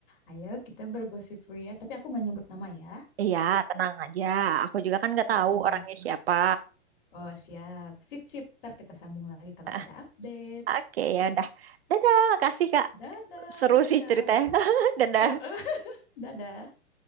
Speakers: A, on the left; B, on the right.
A: Ayo kita bergosip Ria, tapi aku nggak nyebut nama ya.
B: Iya, tenang aja. Aku juga kan
A: Eh,
B: nggak tahu orangnya siapa.
A: Oh siap, sip sip. Ntar kita sambung lagi kalau
B: <laughs>
A: ada update.
B: Oke ya, dah. Dadah, makasih Kak.
A: Dadah,
B: Seru
A: siap.
B: sih ceritanya. <laughs> Dadah.
A: <laughs> Dadah.